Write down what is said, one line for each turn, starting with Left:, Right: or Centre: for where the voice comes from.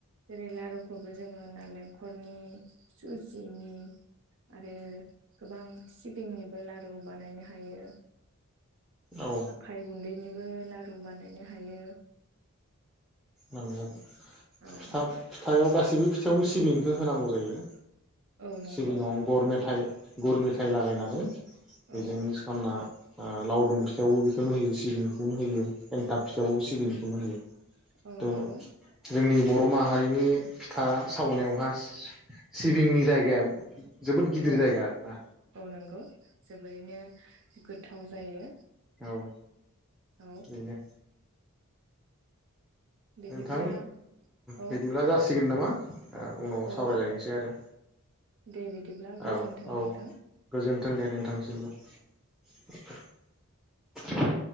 Right: जेरै लारु खौबो जोंङो नालेंखलनि, सुजिनि आरो गोबां सिबिंनिबो लारु बानायनो हायो।
Centre: औ
Right: आखाय गुन्दैनि बो लारु बानायनो हायो।
Centre: नोंगौ फिथा-फिथायाव
Right: औ
Centre: गासैबो फिथायावनो सिबिंखौ हो-होनांगौ जायो।
Right: औ नंगौ
Centre: सिबिंङाव गर मेथाइ गुर मेथायाइ लागायनानै बेजोंनो
Right: औ
Centre: मिक्स खालामना आ लावदुम फिथायावबो बेखौनो होयो सिबिंखौनो होयो एन्थाब फिथायाइबो सिबिंखौनो होयो।
Right: औ
Centre: त
Right: नंगौ
Centre: जोंनि बर र' माहारिनि फिथा सावनायावहा सि-सिबिंनि जायगाया जोबोद गिदिर
Right: औ
Centre: जायगा आरोना
Right: औ नंगौ जोबोरैनो गोथाव जायो।
Centre: औ
Right: औ
Centre: बेनो
Right: बिदिब्ला
Centre: नोंथां
Right: औ
Centre: बिदिब्ला जासिगोन नामा? उनाव सावरायलायनोसै
Right: औ
Centre: आरो
Right: दे बिदिब्ला गोजोन्थों
Centre: औ औ
Right: नोंथां।
Centre: गोजोन थों दे नोंथांनोसिमबो।